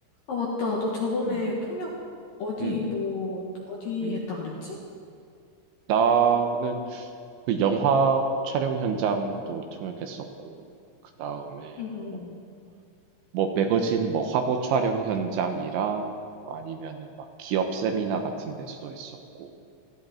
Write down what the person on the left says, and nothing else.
아, 맞다. 너 저번에
통역 어디
뭐 어디
했다 그랬지?
응.